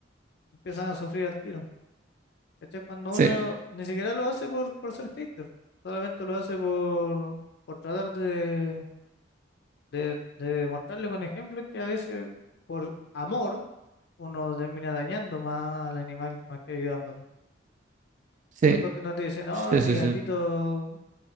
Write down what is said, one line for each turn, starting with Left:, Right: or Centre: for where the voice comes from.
Left: empiezan a sufrir al tiro. ¿Cachai? Cuando
Right: sí,
Left: uno ni siquiera lo hace por, por ser hater, solamente lo hace por, por tratar de, de, de mostrarle con ejemplos que a veces por amor uno termina dañando más al animal más que ayudándolo.
Right: sí,
Left: Y después cuando te dicen, no,
Right: sí,
Left: mi
Right: sí,
Left: gatito
Right: sí.